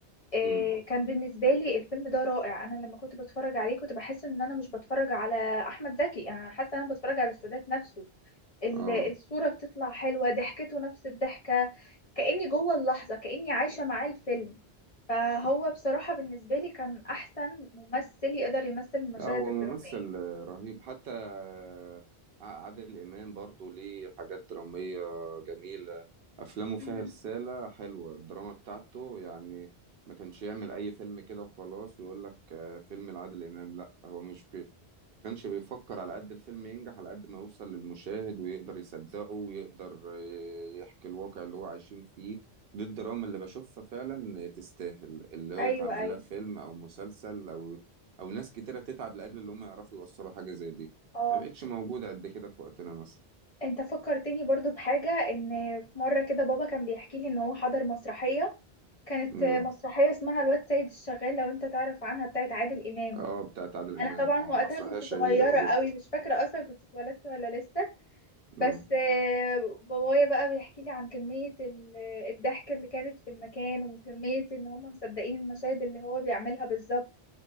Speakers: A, on the left; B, on the right.
A: إيه
B: امم
A: كان بالنسبة لي الفيلم ده رائع أنا لما كنت بتفرج عليه كنت بحس إن أنا مش بتفرج على أحمد زكي يعني أنا حاسة إن أنا بتفرج على السادات نفسه ال-
B: اه
A: الصورة بتطلع حلوة ضحكته نفس الضحكة كأني جوه اللحظة كأني عايشة معاه الفيلم فهو
B: صح
A: بصراحة بالنسبة لي كان أحسن ممثل يقدر يمثل المشاهد
B: اه هو
A: الدرامية
B: ممثل آه، رهيب حتى آه، عادل إمام برضو ليه حاجات درامية جميلة أفلامه فيها
A: مم.
B: رسالة حلوة الدراما بتاعته يعني ما كانش يعمل أي فيلم كده وخلاص ويقول لك آه، فيلم لعادل إمام لا هو مش بي كانش بيفكر على قد الفيلم ينجح على قد ما يوصل للمشاهد ويقدر يصدقه ويقدر آه، يحكي الواقع اللي هو عايشين فيه دي الدراما اللي بشوفها فعلا تستاهل اللي هي
A: أيوة
B: تعمل
A: أيوة
B: لها فيلم او مسلسل او او ناس كتيرة تتعب لاجل اللي هم يعرفوا يوصلوا حاجة زي دي
A: اه
B: ما بقتش موجودة قد كده في وقتنا مثلا
A: انت فكرتني برضو بحاجة ان في مرة كده بابا كان بيحكي لي ان هو حضر مسرحية كانت
B: امم
A: مسرحية اسمها الواد سيد الشغال لو انت تعرف عنها بتاعت عادل امام
B: اه بتاعت عادل
A: انا
B: امام
A: طبعا
B: اه
A: وقتها
B: مسرحية
A: كنت
B: شهيرة
A: صغيرة
B: جدا
A: قوي مش فاكرة اصلا كنت اتولدت ولا لسه بس
B: امم
A: آه، بابايا بقى بيحكي لي عن كمية ال- الضحك اللي كانت في المكان وكمية ان هم مصدقين المشاهد اللي هو بيعملها بالظبط